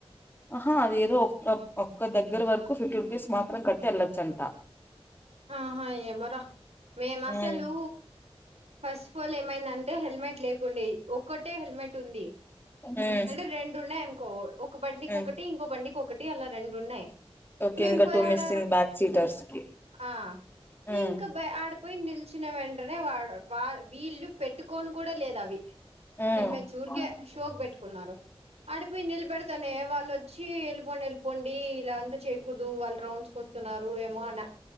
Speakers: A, on the left (about 20°); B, on the right (about 85°).
A: అహా. అదేదో, ఒక్క ఒక్క దగ్గరవరకు ఫిఫ్టీ రుపీస్ మాత్రం కట్టి వెళ్లొచ్చంట.
B: ఆహా ఏమో ర. మేమసలు
A: ఉమ్
B: ఫస్ ఫల్ ఏమైందంటే టె హెల్మెట్ లేకుండె. అంటే, ఒక్కటే హెల్మెట్ ఉంది
A: ఉమ్
B: అంటే రెండు ఉన్నాయి అనుకో ఒ ఒక బండికి
A: ఉమ్
B: ఒకటి, ఇంకో బండికి ఒకటి అలా రెండు ఉన్నాయి.
A: ఓకే.
B: మేం
A: ఇంకా
B: పోయి
A: టూ
B: ఆడ
A: మిస్సింగ్ బ్యాక్ సీటర్స్ కి
B: ఆ
A: ఉమ్
B: ఇంకా బై ఆడపోయి నిలిచిన వెంటనే, వాడు వా వీళ్ళు పెట్టుకోని కూడా లేదవి.
A: ఉమ్
B: హెల్మెట్స్ ఊరికే
A: ఉమ్
B: షో కి పెట్టుకున్నారు. అడపోయి నిలబెడితేనే, వాళ్లొచ్చి ఎళ్ళిపోండి. ఎళ్ళి పొండి ఇలా అంతా చేయకూడదు. వాళ్ళు రౌండ్స్కి వస్తున్నారు. ఏమో అన.